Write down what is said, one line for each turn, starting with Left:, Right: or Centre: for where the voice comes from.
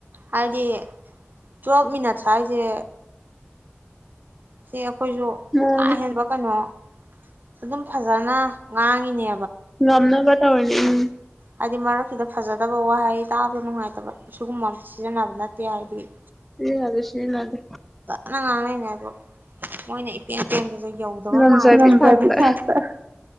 Right: ꯍꯥꯏꯗꯤ ꯇꯨꯋꯦꯜꯞ ꯃꯤꯅꯠ ꯍꯥꯏꯖꯦ ꯁꯦꯍꯣ ꯑꯩꯒꯣꯏꯁꯨ
Centre: ꯃꯣꯟ
Right: ꯀꯥ ꯍꯦꯟꯕ ꯀꯩꯅꯣ ꯑꯗꯨꯝ ꯐꯖꯅ ꯉꯥꯡꯉꯤꯅꯦ
Centre: ꯉꯝꯅꯕ ꯇꯩꯔꯤꯖꯦ ꯎꯝ
Right: ꯍꯥꯏꯗꯤ ꯃꯔꯛꯁꯤꯗ ꯐꯖꯗꯕ ꯋꯥꯍꯩ ꯇꯥꯕ ꯅꯨꯡꯉꯥꯏꯇꯕ ꯁꯤꯒꯨꯝꯕ ꯑꯃ ꯁꯤꯖꯤꯟꯅꯕ ꯅꯠꯇꯦ ꯍꯥꯏꯗꯤ
Centre: ꯁꯤꯖꯤꯟꯅꯗꯦ ꯁꯤꯖꯤꯟꯅꯗꯦ
Right: ꯄꯨꯡꯉꯡ ꯉꯡꯅꯩꯅꯤ ꯑꯗꯣ ꯃꯣꯏꯅ ꯏꯄꯦꯟ ꯄꯦꯟꯕ ꯌꯧꯗꯕ
Centre: ꯉꯝꯖꯕꯤ
Right: ꯃꯥꯜꯂꯦ ꯅꯝꯕꯔꯗꯤ
Centre: ꯊꯥꯛꯇ
Right: ꯐꯥꯁꯇꯔ